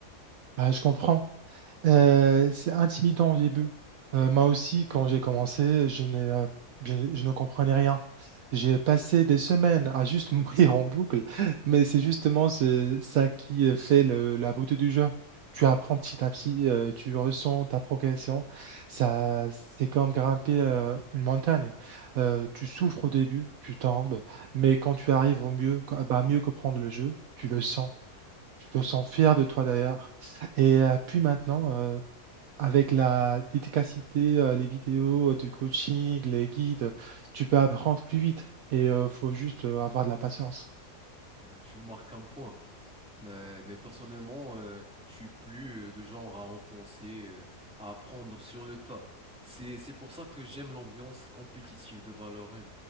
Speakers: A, on the right (about 65°); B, in the centre.
A: Ah, je comprends. Euh, c'est intimidant au début. Euh, moi aussi, quand j'ai commencé, je n'ai, euh, je, je ne comprenais rien. J'ai passé des semaines à juste <laughs> mourir en boucle, mais c'est justement ce- ça qui euh, fait le- la beauté du jeu. Tu apprends petit à petit, euh, tu ressens ta progression. Ça, c'est comme grimper euh, une montagne. Euh, tu souffres au début, tu tombes, mais quand tu arrives au mieux, quand- bah, mieux comprendre le jeu, tu le sens. Tu te sens fier de toi d'ailleurs. Et euh, puis maintenant, euh, avec la dédicacité, euh, les vidéos, euh, du coaching, les guides, tu peux apprendre plus vite et il faut juste euh, avoir de la patience.
B: Bah, tu marques un point. Mais, mais personnellement, euh, je suis plus euh, de genre à enfoncer, euh, à apprendre sur le tas. C'est, c'est pour ça que j'aime l'ambiance compétitive de Valorant.